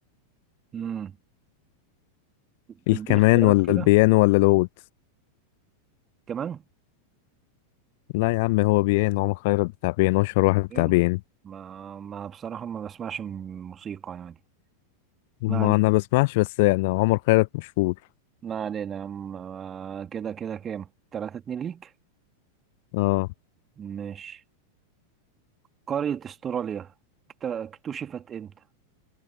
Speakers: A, on the right; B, on the left.
A: امم
B: الكمان
A: تديني اختيارات
B: ولا
A: كده
B: البيانو ولا العود
A: كمان
B: لا يا عم هو بيانو عمر خيرت بتاع بيانو أشهر واحد بتاع
A: يعني
B: بيانو
A: ما ما بصراحة ما بسمعش م- موسيقى يعني
B: ما
A: ما علينا
B: أنا بسمعش بس يعني عمر خيرت مشهور
A: ما علينا يا عم آه، كده كده كام تلاتة اتنين ليك
B: آه
A: ماشي قارة استراليا اكت- اكتشفت امتى